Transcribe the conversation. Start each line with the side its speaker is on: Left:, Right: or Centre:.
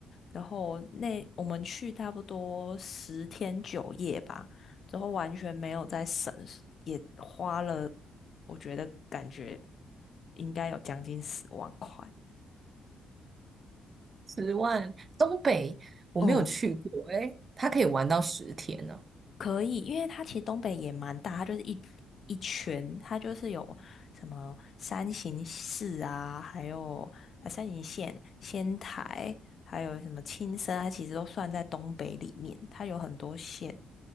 Left: 然后那我们去差不多十天九夜吧，之后完全没有在省，也花了，我觉得感觉应该有将近十万块。
Right: 十万。东北我没有去过，
Left: 嗯，
Right: 诶，它可以玩到十天呢。
Left: 可以，因为它其实东北也蛮大，它就是一一圈，它就是有什么三形市啊，还有呃山形县、仙台，还有什么青森，它其实都算在东北里面，它有很多县，